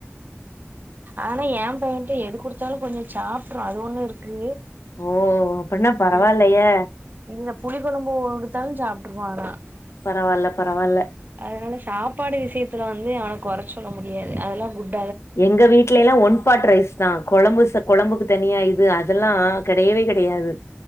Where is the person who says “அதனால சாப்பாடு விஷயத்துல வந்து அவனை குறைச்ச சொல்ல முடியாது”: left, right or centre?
Right